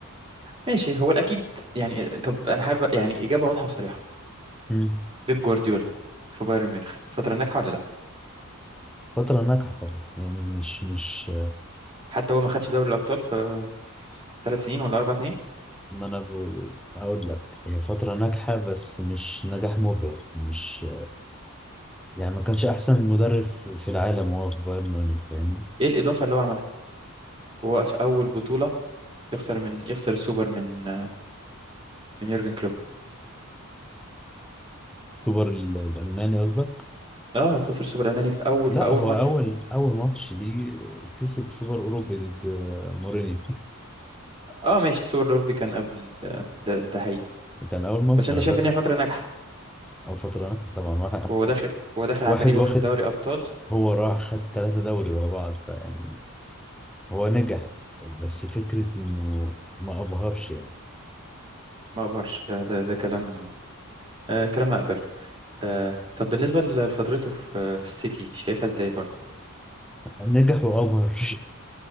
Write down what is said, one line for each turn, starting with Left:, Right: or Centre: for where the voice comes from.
Right: ماشي هو الاكيد يعني طب انا حابب يعني اجابه واضحه وصريحه
Centre: مم.
Right: بيب جوارديولا في بايرن ميونخ فتره ناجحه ولا لا
Centre: فترة ناجحة طبعا يعني مش مش
Right: حتى هو ما خدش دوري الابطال في ثلاث سنين ولا اربع سنين
Centre: ما انا ب- هقول لك هي فترة ناجحة بس مش نجاح مبهر مش يعني ما كانش احسن مدرب في في العالم وهو في بايرن ميونخ فاهمني
Right: ايه الاضافه اللي هو عملها وهو في اول بطوله يخسر من يخسر السوبر من من يورجن كلوب
Centre: سوبر ال- الالماني قصدك
Right: اه خسر السوبر الالماني في اول
Centre: لا
Right: في اول
Centre: هو
Right: ماتش
Centre: اول اول ماتش ليه كسب سوبر اوروبي ضد مورينيو
Right: اه ماشي السوبر الأوروبي كان قبل آه، ده ده حقيقي
Centre: كان اول ماتش
Right: بس انت
Centre: انا
Right: شايف
Centre: فاكر
Right: ان هي فترة ناجحة
Centre: او فترة ناجحة طبعا واحد
Right: وهو داخل هو داخل على
Centre: واحد
Right: فريق
Centre: واخد
Right: واخد دوري أبطال
Centre: هو راح خد ثلاثة دوري ورا بعض فيعني هو نجح بس فكرة إنه ما أبهرش يعني
Right: ما ابهرش ده ده ده كلام آه كلام هقبله آه طب بالنسبة ل- لفترته في في السيتي شايفها ازاي برضه
Centre: نجح وأبهر <laughs>